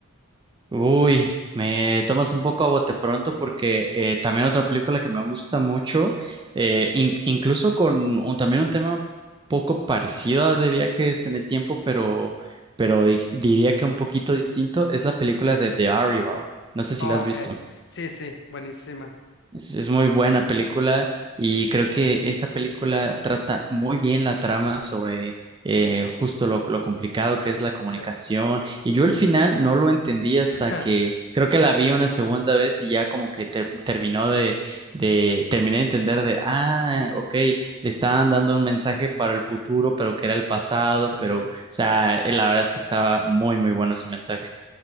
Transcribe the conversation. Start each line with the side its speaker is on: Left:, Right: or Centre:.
Right: Uy, me tomas un poco a bote pronto porque eh, también otra película que me gusta mucho, eh, in- incluso con un- también un tema poco parecido a de viajes en el tiempo, pero, pero di- diría que un poquito distinto, es la película de The Arrival. No sé si
Left: Oh,
Right: la has
Left: ok,
Right: visto.
Left: sí, sí, buenísima.
Right: Es, es muy buena película y creo que esa película trata muy bien la trama sobre eh, justo lo, lo complicado que es la comunicación.
Left: Sí.
Right: Y yo el final no lo entendí hasta
Left: <laughs>
Right: que creo que la vi una segunda vez y ya como que ter- terminó de, de, terminé de entender de, ah, ok, le estaban dando un mensaje para el futuro, pero que era el pasado,
Left: Así
Right: pero,
Left: es.
Right: o sea, eh, la verdad es que estaba muy, muy bueno ese mensaje.